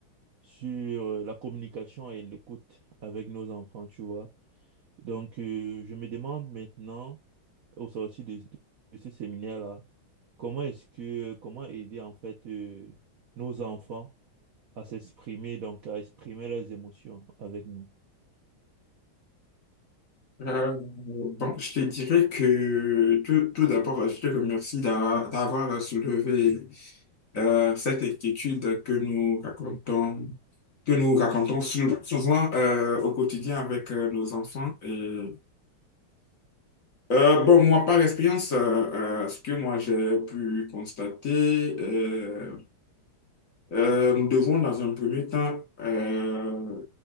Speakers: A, on the right; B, on the left.
A: sur euh, la communication et l'écoute avec nos enfants, tu vois. Donc, euh, je me demande maintenant, au sortir de, de ce séminaire-là, comment est-ce que, comment aider en fait euh, nos enfants à s'exprimer, donc à exprimer leurs émotions avec nous?
B: Euh, bon, je te dirais que tout, tout d'abord, je te remercie d'a- d'avoir soulevé euh, cette inquiétude que nous racontons, que nous racontons sou- souvent euh, au quotidien avec euh, nos enfants. Et, euh, bon, moi, par expérience, euh, euh, ce que moi j'ai pu constater, euh, euh, nous devons dans un premier temps euh,